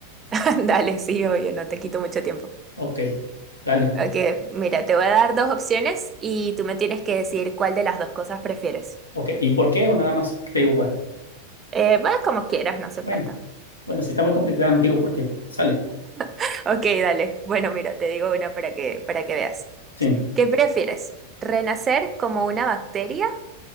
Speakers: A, on the right (about 25°); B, on the left (about 75°).
A: <laughs> Dale, sí, oye, no te quito mucho tiempo.
B: Ok, dale.
A: Ok, mira, te voy a dar dos opciones y tú me tienes que decir cuál de las dos cosas prefieres.
B: Ok, ¿y por qué? O nada más te digo, bueno,
A: Eh, va como quieras, no hace
B: bueno,
A: falta.
B: bueno, si está muy complicada, no te digo por qué. Sale,
A: <laughs> Ok, dale. Bueno, mira, te digo una para que, para que veas.
B: sí,
A: ¿Qué prefieres? ¿Renacer como una bacteria